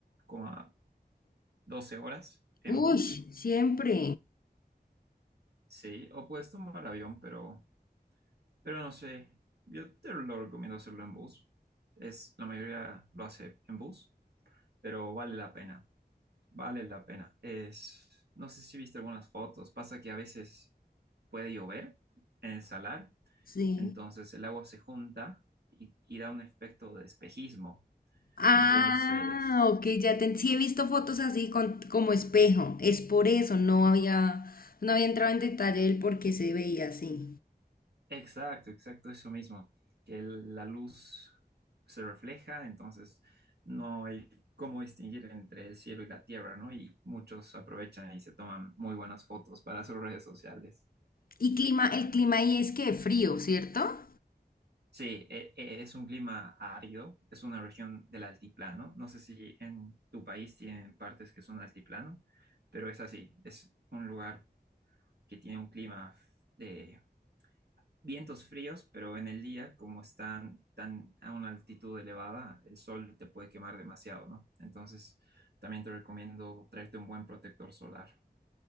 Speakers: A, on the right; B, on the left.
A: como a 12 horas en
B: Uy,
A: bus.
B: siempre.
A: Sí, o puedes tomar avión, pero, pero no sé. Yo te lo recomiendo hacerlo en bus. Es, la mayoría lo hace en bus, pero vale la pena. Vale la pena. Es, no sé si viste algunas fotos. Pasa que a veces puede llover en el salar
B: Sí.
A: Entonces el agua se junta y, y da un efecto de espejismo.
B: Ah,
A: Entonces,
B: ok, ya te, sí he visto fotos así con, como espejo. Es por eso, no había, no había entrado en detalle el por qué se veía así.
A: exacto, exacto, eso mismo, que el- la luz se refleja, entonces no hay cómo distinguir entre el cielo y la tierra, ¿no? Y muchos aprovechan y se toman muy buenas fotos para sus redes sociales.
B: Y clima, el clima ahí es que frío, ¿cierto?
A: Sí, e- e- es un clima árido, es una región del altiplano. No sé si en tu país tienen partes que son altiplano, pero es así, es un lugar que tiene un clima de vientos fríos, pero en el día, como están tan a una altitud elevada, el sol te puede quemar demasiado, ¿no? Entonces, también te recomiendo traerte un buen protector solar.